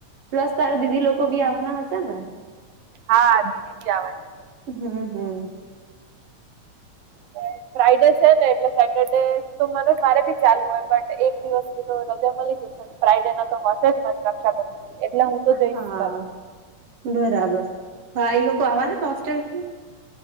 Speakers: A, on the right (about 60°); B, on the right (about 85°).
A: પ્લસ તારા દીદી લોકો બી આવાના હશે ને
B: હા દીદી બી આવાની
A: હમ્મ હમ્મ
B: <inaudible> ફ્રાઈડે છે ને એટલે સેટરડે તો મને મારે ભી ચાલુ હોય બટ એક દિવસની તો રજા મળીજશે ફ્રાઈડે ના તો હશે જ ને રક્ષાબંધી એટલે હું તો જઈશ
A: હા
B: કાલે
A: બરાબર ભાઈ લોકો આવા ને તો હોસ્ટેલ થી